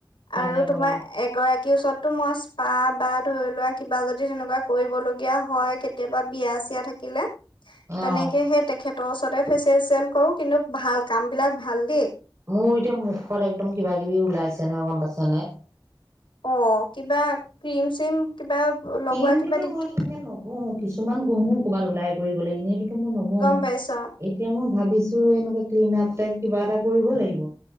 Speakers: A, on the right; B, on the left.
A: ভালে
B: আৰু
A: কৰা
B: তোমাৰ এগৰাকী কি ওচৰতটো ময় স্পা বা ধৰি লোৱা কিবা যদি তেনেকুৱা কৰিবলগীয়া হয় কেতিয়াবা বিয়া চিয়া থাকিলে তেনেকেহে
A: অ
B: তেখেত ত ওচৰতে ফেচিয়েলচিয়েল কৰো কিন্তু ভাল কাম বিলাক ভাল দেই।
A: মোৰ এতিয়া মুখত একদম কিবা কিবি ওলাইছে নহয় গম পাইছা নে।
B: অঁ কিবা ক্ৰীম চিম কিবা লগোৱা
A: ক্ৰীমটোতো,
B: কিবা দিগ
A: মই তেনেকে ন উ কিছুমান ঘুহো ক'ৰবাত ওলাই কৰি গ'লে, এনেই ন <unintelligible>
B: গম পাইছ
A: এতিয়া মই ভাবিছো এনেকুৱা ক্ল আপ তাইক কিবা এটা কৰিব লাগিব।